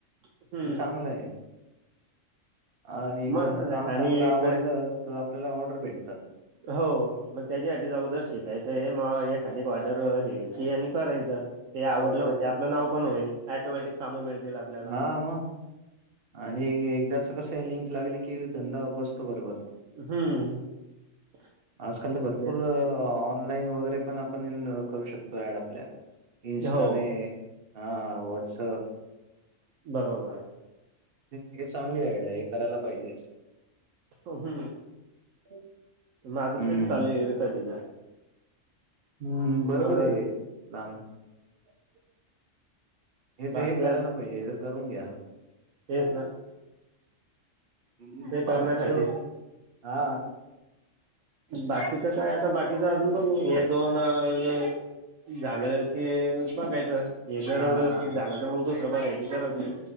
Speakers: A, on the right; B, on the right.
A: हम्म
B: हे चांगलं आहे. आणि एकदा
A: मस्त नाही
B: काम
A: आणि
B: चांगलं
A: एक
B: आवडलं
A: वेळ
B: तर आपल्याला ऑर्डर भेटतात.
A: हो मग त्याच्यासाठी अगोदर शिकायचं आहे मा एखादी एक ऑर्डर घ्यायची आणि करायच ते आवडलं
B: हो बरोबर.
A: म्हणजे आपलं नाव पण होईल. ऑटोमॅटिक काम मिळतील. आपल्याला
B: हा म. आणि एकदाच कस हे लिंक लागले कि धंदा बसतो बरोबर.
A: हम्म. <inaudible>
B: आजकाल तर भरपूर
A: ते
B: ऑनलाईन वगैरे पण आपण करू शकतो ऍड आपल्या. इंन्स्टाने
A: हो
B: हा वॉट्सअप.
A: बरोबर.
B: इतके चांगली आयडिया हे करायला पाहिजे.
A: हम्.
B: <unintelligible>
A: माझं
B: हम्म
A: तेच चालू आहे विकत घेणार.
B: हम्म, बरोबर
A: मग
B: आहे प्लॅन.
A: <inaudible>
B: हे
A: बाकी
B: तर हे करायला
A: आज
B: पाहिजे, हे तर करून घ्या.
A: तेच ना.
B: बाकीच
A: ते करण्यासाठी. <inaudible>
B: हा
A: बाकीचं काय, आता बाकीच अजून बघू हे दोन मग झालं की बघायचं हे जर
B: हा
A: व्यवस्थित
B: हा
A: झालं. मग दुसरं बघायची गरज नाही.